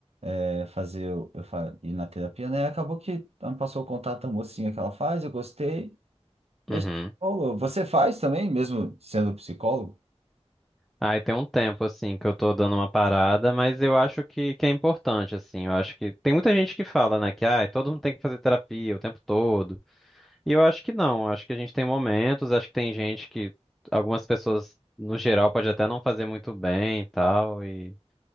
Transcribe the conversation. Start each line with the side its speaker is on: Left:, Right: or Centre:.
Right: é, fazer eu, eu fa- ir na terapia, né? E acabou que ela me passou o contato da mocinha que ela faz, eu gostei. E
Centre: uhum.
Right: a gente falou, você faz também, mesmo sendo psicólogo?
Centre: Aí tem um tempo, assim, que eu tô dando uma parada, mas eu acho que, que é importante, assim. Eu acho que tem muita gente que fala, né, que ah, todo mundo tem que fazer terapia o tempo todo. E eu acho que não. eu Acho que a gente tem momentos, acho que tem gente que algumas pessoas, no geral, pode até não fazer muito bem e tal. E,